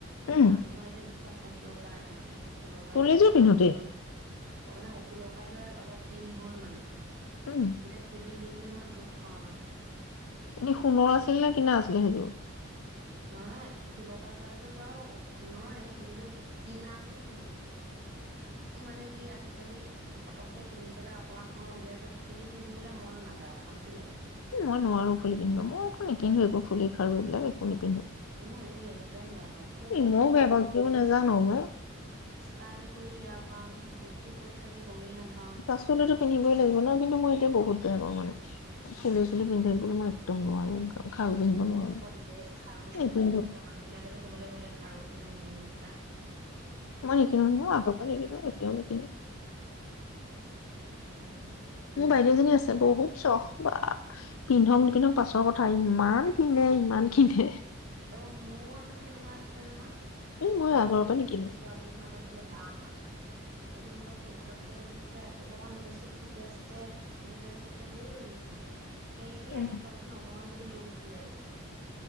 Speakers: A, on the right; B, on the left.
A: মোৰ
B: উম
A: কাণখনৰ এতিয়া বিষত থাকিব পৰা নাই মানে ম সোলোকাই
B: ফুলেযোৰ
A: থোৱা অলপ
B: পিন্ধোতেই
A: দিন হ'ল। অ', মানে সকু-সোলোকাই থোৱা অলপ দিন হ'ল মানে।
B: উম
A: এতিয়া ফুলি পিন্ধিলে মই দুখ পাওঁ মানে।
B: এনে সোণৰ আছিল নে কিনা আছিলে সেইযোৰ।
A: নহয় সুলকাই থোৱা যো বাৰু সোনৰে কিন্তু কিনা ফুলি পিন্ধিছিলো। এই মানে কি আজিকালি পতককে পিন্ধি পেলাই অকমান সময় উলিয়াই থৈ ফুলি পিন্ধিবলৈ মন নাযায় অশান্তি লাগে।
B: উ মই নোৱাৰো ফুলি পিন্ধিব মইতো নিপিন্ধো একো ফুলি খাৰু এইবিলাক একো নিপিন্ধো।
A: মই এইবোৰ একদম বেয়া পাও কিয়
B: এই
A: বেয়া
B: মইও
A: পাওঁ জানো।
B: কিয় নাজানো মই
A: ষ্টাইল কৰি বেয়া পাও, বস্তু ক'ত থাকে গমেই নাপা
B: পাছফালে ত পিন্ধিবই লাগিব ন কিন্তু মই এতিয়া বহুত বেয়া পওঁ মানে। ফুলি-চুলি পিন্ধু থাকিবলে মই একদম নোৱাৰো। খাৰু
A: মোৰো
B: পিন্ধিব নোৱাৰো
A: ক-দিকদাৰ এই খাৰু
B: নিপিন্ধো
A: মণি মুকুতা মানুহ বিলাকে যে ক'বালে গ'লে খাৰু কিনে মুণি মুুকুত তা।
B: মই নিকিনো নহয় আগপা নিকিনো এতিয়াও নিকিনো
A: উম
B: মোৰ বাইদেউজনী আছে বহুত চখ বা, পিন্ধক নিপিন্ধক পাছৰ কথা ইমান কিনে ইমান কিনে
A: অ, মোৰ আগতে এনেকুৱা আছিলে নহয়।
B: এই মই
A: মোৰ
B: আগৰ
A: এই
B: পৰা নিকিনো
A: পেহী ছোৱালীহঁত আছিলে বা-হত। এটি মই সৰু থাকোতে একদম পুৰা এসোপামান বস্তু ফুটে-চুটে, কিলিপে-চিলিপে ধেই কিবা-কিবি কিনি থওঁ সেহেতি
B: উম
A: আহে তইতো নঘহঁ বু ললৈ গুচি যায়গে।